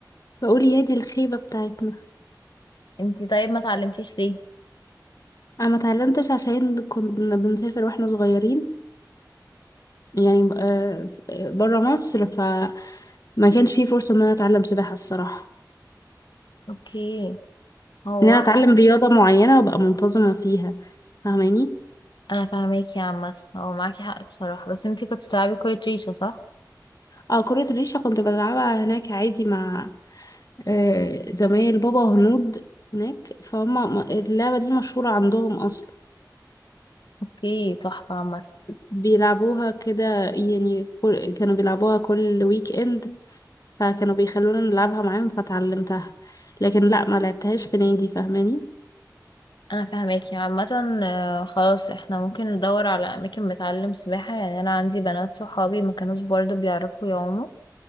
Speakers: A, on the left (about 55°); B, on the left (about 85°).
A: بقول يا دي الخيبة بتاعتنا
B: انتي طيب ما اتعلمتيش ليه
A: أنا ما اتعلمتش عشان كنا بنسافر واحنا صغيرين يعني آه، بره مصر فما كانش في فرصة ان انا اتعلم سباحة الصراحة
B: اوكي هو
A: ان انا اتعلم رياضة معينة وابقى منتظمة فيها فاهماني
B: انا فاهماكي يا عم هو معاكي حق بصراحة بس انتي كنت بتلعبي كورة ريشة صح
A: اه كرة الريشة كنت بلعبها هناك عادي مع آه، زمايل بابا هنود هناك فهم اللعبة دي مشهورة عندهم اصلا
B: اوكي تحفة عامة
A: بيلعبوها كده يعني كل- كانوا بيلعبوها كل ويك اند فكانوا بيخلونا نلعبها معاهم فتعلمتها لكن لا ما لعبتهاش في نادي فاهماني
B: انا فاهماكي عامة آه، خلاص احنا ممكن ندور على اماكن بتعلم سباحة يعني انا عندي بنات صحابي ما كانوش برضو بيعرفوا يعوموا